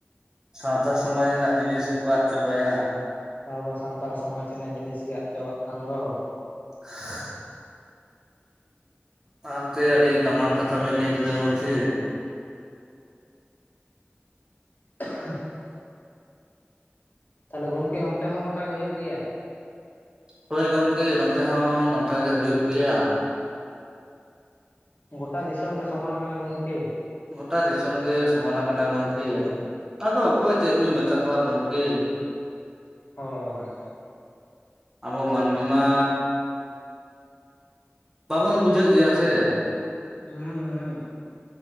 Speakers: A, on the right (about 15°); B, on the left (about 45°).
A: ᱥᱟᱶᱛᱟ ᱥᱚᱢᱟᱡᱽ ᱨᱮᱱᱟᱜ ᱡᱤᱱᱤᱥ ᱜᱮ ᱠᱚ ᱟᱸᱫ ᱪᱟᱵᱟᱭᱟ᱾
B: ᱟᱵᱚᱣᱟ ᱥᱟᱱᱛᱟᱲ ᱥᱚᱢᱟᱡᱽ ᱨᱮᱱᱟᱜ ᱡᱤᱱᱤᱥ ᱜᱮ ᱟᱸᱫ ᱪᱟᱵᱟᱜ ᱠᱟᱱ ᱫᱚ᱾
A: <unintelligible> ᱟᱸ ᱜᱚᱝᱠᱮ ᱟᱹᱰᱤ ᱫᱟᱢᱟᱱ ᱠᱟᱛᱷᱟ ᱵᱤᱱ ᱞᱟᱹᱭ ᱠᱮᱫᱟ ᱜᱚᱝᱠᱮ᱾
B: <unintelligible> ᱛᱟᱞᱦᱮ ᱜᱚᱢᱠᱮ ᱚᱱᱛᱮ ᱦᱚᱸ ᱚᱱᱠᱟ ᱜᱮ ᱦᱩᱭᱩᱜ ᱜᱮᱭᱟ᱾
A: ᱦᱳᱭ ᱜᱚᱝᱠᱮ ᱱᱚᱛᱮ ᱦᱚᱸ ᱱᱚᱝᱠᱟ ᱜᱮ ᱦᱩᱭᱩᱜ ᱜᱮᱭᱟ᱾
B: ᱜᱚᱴᱟ ᱫᱤᱥᱚᱢ ᱜᱮ ᱥᱚᱢᱟᱱ ᱟᱠᱟᱱᱟ ᱜᱚᱝᱠᱮ᱾
A: ᱜᱚᱴᱟ ᱫᱤᱥᱚᱢ ᱜᱮ ᱥᱚᱢᱟ ᱱᱟᱠᱟᱱᱟ ᱜᱚᱝᱠᱮ ᱟᱫᱚ ᱚᱠᱚᱭ ᱪᱮᱫ ᱵᱤᱱ ᱢᱮᱛᱟ ᱠᱚᱣᱟ ᱜᱚᱝᱠᱮ᱾
B: ᱦᱚᱭ
A: ᱟᱵᱚ ᱢᱟᱹᱱᱢᱤ ᱢᱟᱻ ᱵᱟᱵᱚᱱ ᱵᱩᱡᱷᱟᱹᱜ ᱜᱮᱭᱟ ᱥᱮ᱾
B: ᱦᱩ ᱦᱩ